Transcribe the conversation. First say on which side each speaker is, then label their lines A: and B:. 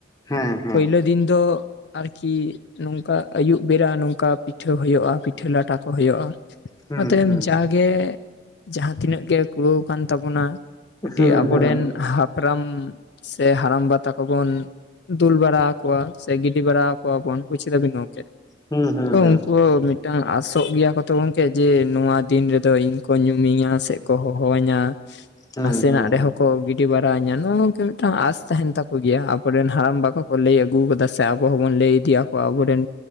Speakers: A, on the left; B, on the left.
A: ᱦᱮᱸ ᱦᱮᱸ
B: ᱯᱳᱭᱞᱳ ᱫᱤᱱ ᱫᱚ ᱾ ᱟᱨᱠᱤ ᱱᱚᱝᱠᱟ ᱟᱹᱭᱩᱵ ᱵᱮᱲᱟ ᱱᱚᱝᱠᱟ ᱯᱤᱴᱷᱟᱹ ᱦᱳᱭᱳᱜᱼᱟ ᱯᱤᱴᱷᱟᱹ ᱞᱟᱴᱟ ᱠᱚ ᱦᱳᱭᱳᱜᱼᱟ ᱾
A: ᱦᱩᱸ
B: ᱚᱱᱟ ᱛᱟᱭᱚᱢ
A: ᱦᱩᱸ
B: ᱡᱟᱜᱮ ᱡᱟᱦᱟᱸ ᱛᱤᱱᱟᱹᱜ ᱜᱮ ᱠᱩᱲᱟᱹᱣᱠᱟᱱ ᱛᱟᱵᱚᱱᱟ ᱟᱹᱴᱤ
A: ᱦᱩᱸ
B: ᱟᱵᱚᱨᱮᱱ
A: ᱦᱩᱸ
B: ᱦᱟᱯᱲᱟᱢ ᱥᱮ ᱦᱟᱲᱟᱢᱵᱟ ᱛᱟᱠᱚᱵᱚᱱ ᱾ ᱫᱩᱞ ᱵᱟᱲᱟ ᱠᱚᱣᱟ ᱥᱮ ᱜᱤᱰᱤ ᱵᱟᱲᱟ ᱠᱚᱣᱟ ᱵᱚᱱ ᱵᱩᱡ ᱠᱮᱫᱟᱵᱤᱱ ᱜᱚᱢᱠᱮ
A: ᱦᱩᱸ ᱦᱩᱸ
B: ᱛᱚ
A: ᱦᱩᱸ
B: ᱩᱱᱠᱩ ᱢᱤᱫ ᱴᱟᱝ ᱟᱥᱚᱜ ᱜᱮᱭᱟ ᱠᱚ ᱛᱚ ᱜᱚᱢᱠᱮ ᱡᱮ ᱱᱚᱣᱟ ᱫᱤᱱ ᱨᱮᱫᱚ ᱤᱧ ᱠᱚ ᱧᱩᱢᱤᱧᱟ ᱥᱮ ᱠᱚ ᱦᱚᱦᱚ ᱟᱹᱧᱟ ᱾
A: ᱦᱩᱸ
B: ᱱᱟᱥᱮᱱᱟᱜ
A: ᱦᱩᱸ
B: ᱨᱮ
A: ᱦᱩᱸ
B: ᱦᱚᱸᱠᱚ ᱜᱤᱫ ᱰᱤ ᱵᱟᱨᱟ ᱤᱧᱟ ᱱᱚ ᱱᱚᱝᱠᱮ ᱢᱤᱫᱴᱟᱝ ᱟᱥ ᱛᱟᱦᱮᱱ ᱛᱟᱠᱚ ᱜᱮᱭᱟ ᱟᱵᱚᱨᱮᱱ ᱦᱟᱲᱟᱢ ᱵᱟ ᱠᱚ ᱞᱟᱹᱭ ᱟᱹᱜᱩ ᱠᱟᱫᱟ ᱥᱮ ᱟᱵᱚ ᱦᱚᱵᱚᱱ ᱞᱟᱹᱭ ᱛᱤᱭᱟ ᱠᱚ ᱟᱵᱚᱨᱮᱱ